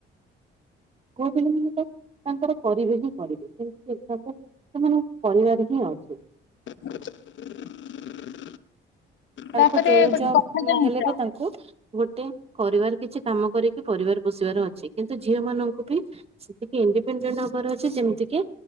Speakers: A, on the right; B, on the left.
A: ପୁଅ ପିଲାମାନେ ତ ତାଙ୍କର କରିବେ ହିଁ କରିବେ ଯେମିତି ତାଙ୍କୁ ସେମାନଙ୍କ ପରିବାର ହିଁ ଅଛି।
B: <unintelligible>
A: ତାଙ୍କୁ
B: ତାପରେ
A: ଯୋଉ
B: ଗୋଟେ
A: ଯ
B: କଥା ଜାଣିଛ
A: ହେଲେ ବି ତାଙ୍କୁ ଗୋଟେ କରିବାର କିଛି କାମ କରିକି ପରିବାର ପୋଷିବାର ଅଛି କିନ୍ତୁ ଝିଅ ମାନଙ୍କୁ ବି ସେତିକି ଇଣ୍ଡିପେଣ୍ଡେଣ୍ଟ ହବାର ଅଛି ଯେମିତିକ